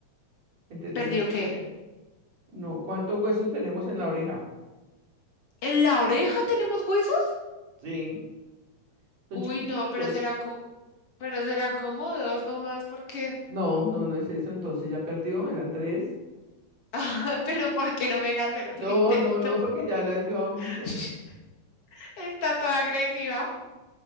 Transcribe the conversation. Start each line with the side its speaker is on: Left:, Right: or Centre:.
Right: Entre dos
Left: ¿Perdió
Right: mil quince
Left: qué?
Right: No, ¿cuántos huesos tenemos en la oreja?
Left: ¿En la oreja tenemos huesos?
Right: Sí, son
Left: Uy,
Right: chiquiticos.
Left: no, pero será como, pero serán como dos nomás, porque...
Right: No, no, no es eso. Entonces ya perdió, eran tres.
Left: Ah, <laughs> Pero ¿por qué no me deja hacer otro
Right: No,
Left: intento?
Right: no, no, porque ya la he ayudado mucho.
Left: <laughs> Está toda agresiva.